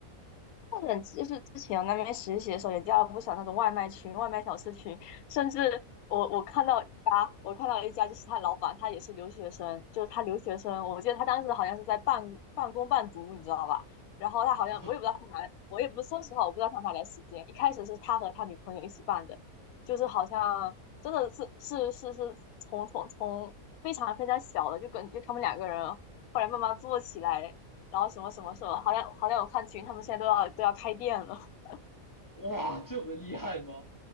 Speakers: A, on the left (about 80°); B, on the left (about 15°).
A: 或者就是之前我那边实习的时候，也加了不少那种外卖群、外卖小吃群，甚至我我看到一家，我看到一家就是他老板，他也是留学生，就是他留学生，我记得他当时好像是在半半工半读，你知道吧？然后他好像我也不知道他哪来，
B: 啊，
A: 我也不说实话，我不知道他哪来时间。一开始是他和他女朋友一起办的，就是好像真的是是是是从从从非常非常小的，就跟就他们两个人后来慢慢做起来。然后。什么什么什么，好像好像我看群，他们现在都要都要开店了。<laughs>
B: <laughs> 哇，这么厉害吗？